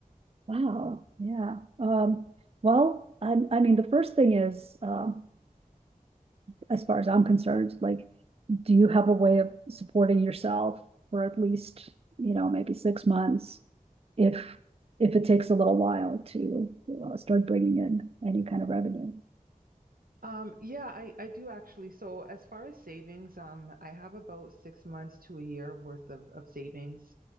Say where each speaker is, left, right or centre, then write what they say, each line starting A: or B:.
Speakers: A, on the right (about 45°); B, on the right (about 80°).
A: Wow. Yeah. Um, well, I, I mean, the first thing is, um, as far as I'm concerned, like, do you have a way of supporting yourself for at least, you know, maybe six months? If if it takes a little while to uh, start bringing in any kind of revenue,
B: Um, yeah, I, I do actually. So as far as savings, um, I have about six months to a year worth of, of savings.